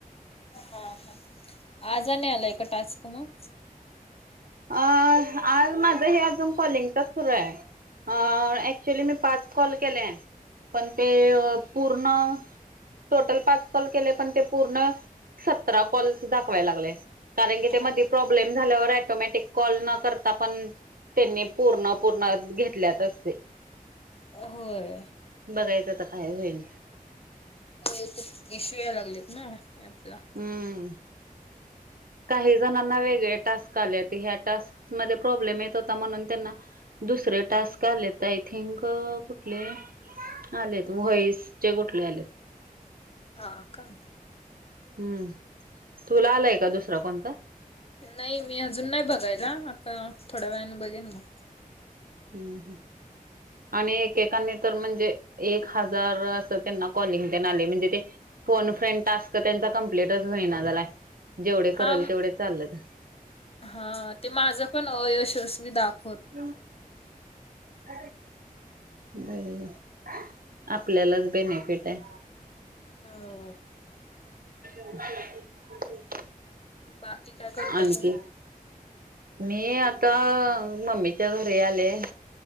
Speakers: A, on the left (about 40°); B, on the right (about 70°).
A: हा हा आज आणि आलाय का टास्क मग
B: अ आज माझं हे अजून कॉलिंगचच सुरू हाय ऍक्च्युली मी पाच कॉल केले पण ते पूर्ण टोटल पाच कॉल केले पण पूर्ण सतरा कॉल दाखवाय लागलेय कारण कि
A: हा.
B: ते मधी प्रोब्लेम झाल्यावर ऐटोमटि कॉल न करता पण त्यांनी पूर्ण पूर्ण घेतल्यात असते
A: होय
B: बघायचं आता काय होईल
A: हो ते इशू या लागलेत ना ऍपला
B: हम्म काही जणांना वेगळे टास्क आलेत ह्या टास्क मध्ये प्रॉब्लेम येत होता म्हणून त्यांना दुसरे टास्क आलेत आय थिंक कुठले आलेत व्होइस चे कुठले आलेत
A: हा का
B: हम्म तुला आलाय का दुसरा कोणता
A: नाही मी अजून नाही बघायला आता थोड्या वेळने बघीन मग
B: हम् ह आणि एकेकानी तर म्हणजे एक हजार अस त्यांना कॉलिंग तेण आले म्हणजे ते फोन फ्रेंड टास्क त्यांचा कमप्लीटच होईना झालाय जेवढे
A: हा
B: करल तेवढे चालेत
A: हा ते माझं पण अयशस्वी दाखव
B: क <inaudible> बर आपल्यालाच बेनिफिट आहे.
A: हो
B: <inaudible>
A: बाकी काय करताय
B: आणखी
A: तुम्ही
B: मी आता मम्मीच्या घरी आले.